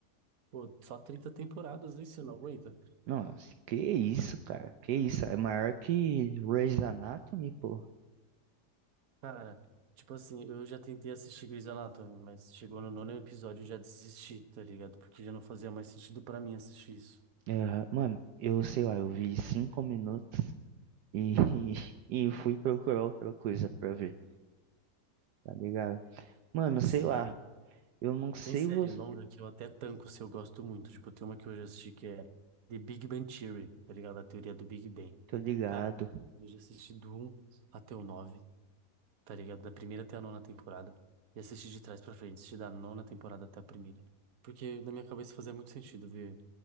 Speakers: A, on the right; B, on the right.
A: Pô, só 30 temporadas aí, você não aguenta?
B: Nossa, que isso, cara? Que isso? É maior que Grey's Anatomy, pô.
A: Cara, tipo assim, eu já tentei assistir Grey's Anatomy, mas chegou no nono episódio e eu já desisti, tá ligado? Porque já não fazia mais sentido pra mim assistir isso.
B: Aham. Mano, eu sei lá, eu vi cinco minutos e, <laughs> e fui procurar outra coisa pra ver, tá ligado? Mano,
A: Sim.
B: sei lá. Eu não sei
A: Tem série
B: você.
A: longa que eu até tanco se eu gosto muito. Tipo, tem uma que eu já assisti que é The Big Bang Theory, tá ligado? A teoria do Big Bang.
B: Tô ligado.
A: Cara, eu já assisti do um até o 9, tá ligado? Da primeira até a nona temporada. E assisti de trás pra frente, assisti da nona temporada até a primeira. Porque na minha cabeça fazia muito sentido ver